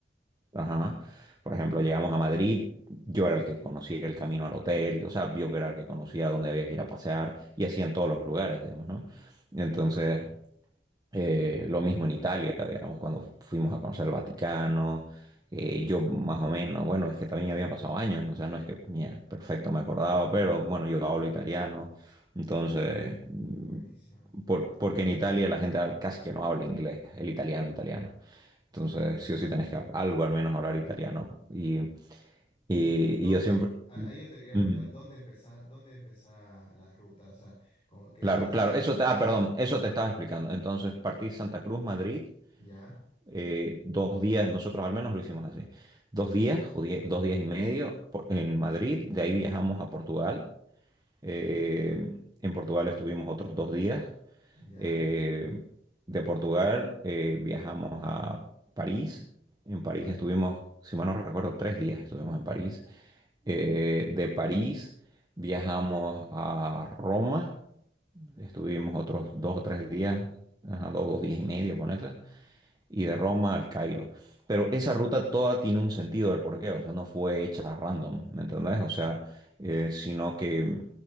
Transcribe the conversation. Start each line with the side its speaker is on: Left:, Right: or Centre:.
Right: Ajá. Por ejemplo, llegamos a Madrid, yo era el que conocía el camino al hotel, o sea, yo era el que conocía dónde había que ir a pasear y así en todos los lugares, digamos, ¿no? Entonces, eh, lo mismo en Italia, digamos, cuando fuimos a conocer el Vaticano, eh, yo más o menos, bueno, es que también habían pasado años, o sea, no es que, mira, perfecto, me acordaba, pero bueno, yo hablo italiano, entonces, mm,
Left: Buenísimo.
Right: por- porque en Italia la gente casi que no habla inglés, el italiano, italiano. Entonces, sí o sí tenés que algo al menos hablar italiano. Y, y-
Left: ¿Y tú- dónde?
Right: y yo siempre...
Left: a- Ahí yo te quería
Right: Mm.
Left: preguntar, ¿dónde empezás, dónde empezás la ruta? O sea, como que
Right: Claro,
Left: de aquí,
Right: claro, eso te, ah, perdón, eso te estaba explicando. Entonces, partí Santa Cruz, Madrid.
Left: ya,
Right: eh, dos días, nosotros al menos lo hicimos así, dos días, o die- dos días y medio por- en Madrid, de ahí viajamos a Portugal, eh, en Portugal estuvimos otros dos días,
Left: ya.
Right: eh, de Portugal eh, viajamos a París, en París estuvimos, si mal no recuerdo, tres días estuvimos en París, eh, de París viajamos a Roma, estuvimos otros dos o tres días, ajá, dos, dos días y medio, ponete y de Roma al Cairo. Pero esa ruta toda tiene un sentido del porqué, o sea, no fue hecha random, ¿me entendés? O sea, eh, sino que